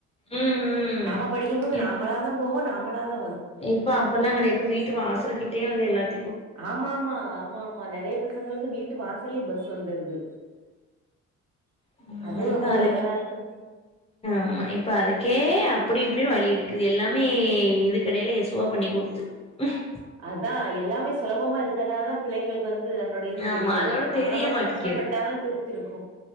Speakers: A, on the left (about 20°); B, on the right (about 55°).
A: ம் ம்
B: நாம படிக்கும்போது
A: இப்
B: நாமளாதா போவோம் நாம. அவ்ளதா.
A: இப்ப அப்படில்லாம் கெடையாது வீட்டு வாசல்க்கிட்டயே வந்து எல்லாத்.
B: ஆமா ஆமா ஆமா ஆமா நெறைய பசங்களுக்கு வீட்டு. வீட்டு வாசலியே பஸ் வந்துருது.
A: உம்
B: அதுவு
A: இப்ப
B: ரொம்ப
A: அதுக்கு
B: நல்லதா இருக்கு
A: ஆமா இப்ப அதுக்கே. அப்படி இப்படின்னு வழி எடுக்குது எல்லாமே இது கடையில சுவா பண்ணி கொடுத்து உஹம்.
B: அதான் எல்லாமே சுலபமா இருக்கிறதுனால தான் பிள்ளைங்களுக்கு வந்து. அதனோட இது
A: ஆமா
B: தெரியல.
A: அதோட
B: நம்மள
A: தெரிய
B: மாரி
A: 'மாட்டேக்குது
B: கஷ்டப்பட்டா தான் தெரிஞ்சிருக்கும்.